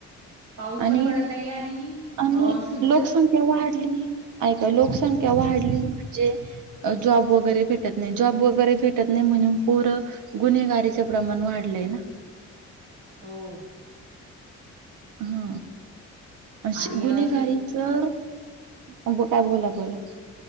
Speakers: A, on the right; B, on the right.
A: पाऊस पण
B: आणि
A: पडत नाहीये आणि
B: आणि
A: अ शुद्ध
B: लोकसंख्या वाढ. लोकसंख्या वाढली म्हणजे जॉब वगरे भेटत नाही जॉगे भेटत नाही म्हण पर गुन्हेगारीच्या प्रमाण वाढलंय ना.
A: होमम
B: हा अ
A: आणि
B: गुन्हेगारीच
A: शुद्ध
B: अ काय बोला बोला